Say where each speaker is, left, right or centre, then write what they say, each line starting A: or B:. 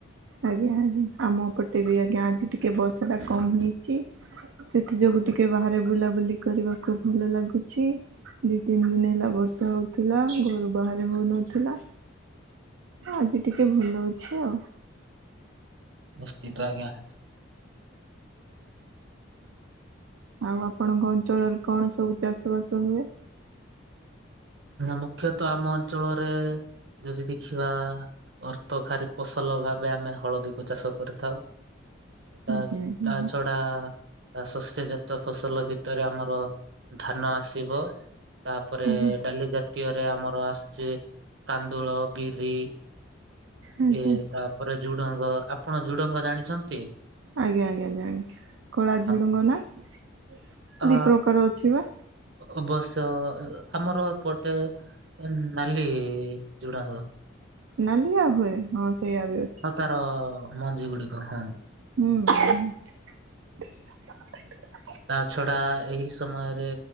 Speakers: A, on the right; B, on the right.
A: ଆଜ୍ଞା ଆଜ୍ଞା ଆମ ପଟେ ବି ଆଜ୍ଞା ଆଜି ଟିକେ ବର୍ଷାଟା କମ୍ ହେଇଛି ସେଥି ଯୋଗୁ ଟିକେ ବାହାରେ ବୁଲାବୁଲି କରିବାକୁ ଭଲ ଲାଗୁଛି। ଦି ତିନି ଦିନ ହେଲା ବର୍ଷା ହଉଥିଲା ଘରୁ ବାହାରେ ହଉନଥିଲା। ଆଜି ଟିକେ ଭଲ ଅଛି ଆଉ।
B: ନିଶ୍ଚିତ ଆଜ୍ଞା।
A: ଆଉ ଆପଣଙ୍କ ଅଞ୍ଚଳରେ କଣ ସବୁ ଚାଷ ବାସ ହୁଏ?
B: ମୁଖ୍ୟତଃ ଆମ ଅଞ୍ଚଳରେ ଯଦି ଦେଖିବା ଅର୍ଥ ଖାରି ଫସଲ ଭାବେ ଆମେ ହଳଦୀକୁ ଚାଷ କରୁଥାଉ। ତା
A: ଆଜ୍ଞା ଆଜ୍ଞା।
B: ତା ଛଡା ଆ ଶସ୍ୟଜାତ ଫସଲ ଭିତରେ ଆମର ଧାନ ଆସିବ। ତାପରେ
A: ଆଜ୍ଞା
B: ଡାଲି ଜାତୀୟରେ ଆମର ଆସୁଚି କାନ୍ଦୁଳ ବିରି।
A: ଆଜ୍ଞା
B: ଏ ତାପରେ ଝୁଡଙ୍ଗ ଆପଣ ଝୁଡଙ୍ଗ ଜାଣିଛନ୍ତି?
A: ଆଜ୍ଞା ଆଜ୍ଞା ଜାଣିଛି କଳା
B: ହଁ।
A: ଝୁଡ଼ୁଙ୍ଗ ନାହିଁ
B: ଆ
A: ଦି ପ୍ରକାର ଅଛି ବା।
B: ଅବଶ୍ୟ ଆମର ଏପଟେ। ନଲି ଯୋଡ଼ାଙ୍ଗ।
A: ନଲିିଆ ହୁଏ ହଁ ସେଇଆ ହୁଏ।
B: ଆଉ ତାର ମଞ୍ଜି ଗୁଡିକ ହଁ।
A: ହୁଁ।
B: ତା ଛଡା ଏହି ସମୟରେ